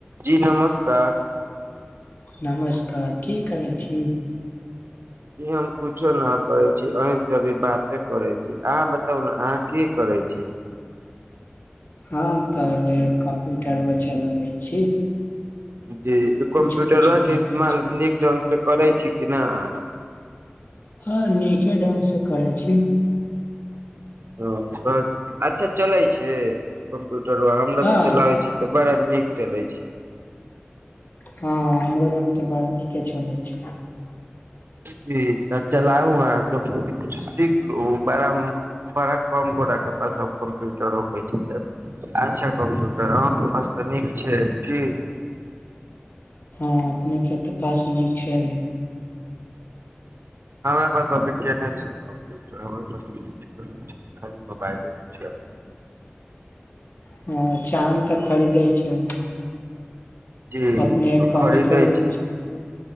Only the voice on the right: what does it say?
जी नमस्कार।
जी हम कुच्छो ना करै छी, अँहिसे अभी बाते करै छी। अहाँ बताउ ने अहाँ की करै छी?
जी,
कम्प्यूटरबा
के
इस्तमाल
नीक ढंग से करै छी कि न अहाँ।
हँ <unintelligible> अच्छा चलै छै कम् प्यूटरबा हमरा
तऽ चलाबै छी तऽ बड़द नीक चलै छै।
जी तऽ चलाउ अहाँ। सफर से कुछो सीख। ओ बड़ा बड़ा कम गोटाके पास सभ कम्प्यूटर रखै छै त अच्छा कम्प्यूटर अहाँके पास त नीक छै कि?
हमरा पास अभी नै छै कम्प्यूटर अभी हमरा पास खाली मोबाइले ने छै।
जी।
खरीदै
छी।